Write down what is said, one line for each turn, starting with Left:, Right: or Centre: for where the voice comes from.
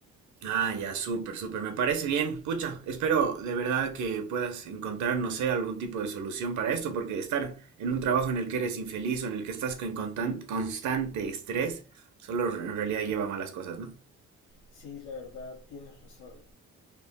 Right: Ah, ya, súper, súper. Me parece bien. Pucha, espero de verdad que puedas encontrar, no sé, algún tipo de solución para esto, porque estar en un trabajo en el que eres infeliz o en el que estás con constan- constante estrés, solo en realidad lleva a malas cosas, ¿no?
Left: Sí, la verdad, tienes razón.